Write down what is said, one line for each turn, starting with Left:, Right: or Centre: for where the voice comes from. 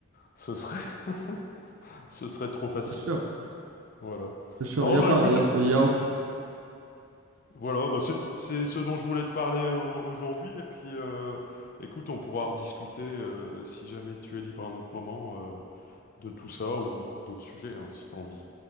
Left: ce serait, <laughs> ce serait trop facile,
Right: C'est sûr,
Left: quoi. Voilà.
Right: c'est sûr.
Left: Non,
Right: Il y a
Left: bah
Right: pas,
Left: écoute,
Right: il y
Left: je-
Right: a, y a aucun-
Left: voilà, bah, c'est c'est ce dont je voulais te parler au- aujourd'hui, et puis, euh, écoute, on pourra rediscuter, euh, si jamais tu es libre à un autre moment. euh, de tout ça ou d'autres sujets, hein, si tu as envie.